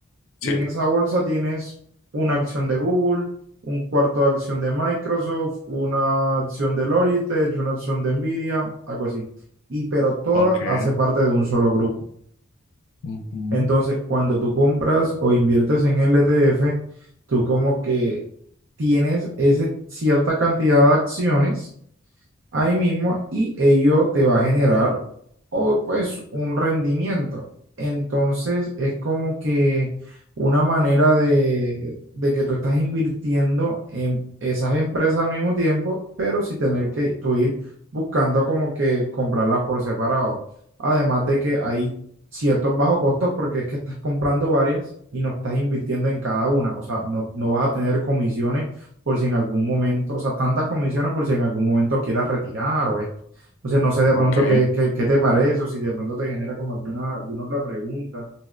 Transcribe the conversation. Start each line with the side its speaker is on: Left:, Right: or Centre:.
Right: y
Left: Sí.
Right: en esa bolsa tienes una acción de Google, un cuarto de acción de Microsoft, una acción de Logitech, una acción de Nvidia, algo así. Y pero toda
Left: ok.
Right: hace parte de un solo grupo.
Left: Ujú,
Right: Entonces, cuando tú compras o inviertes en el ETF, tú como que tienes esa cierta cantidad de acciones ahí mismo y ello te va a generar o, pues un rendimiento. Entonces es como que una manera de, de que tú estás invirtiendo en esas empresas al mismo tiempo, pero sin tener que tú ir buscando como que comprarlas por separado. Además de que hay ciertos bajos costos porque es que estás comprando varias y no estás invirtiendo en cada una. O sea, no, no vas a tener comisiones por si en algún momento, o sea, tantas comisiones por si en algún momento quieras retirar o esto. Entonces, no sé de
Left: ok.
Right: pronto qué, qué, qué te parece o si de pronto te genera como alguna, alguna otra pregunta.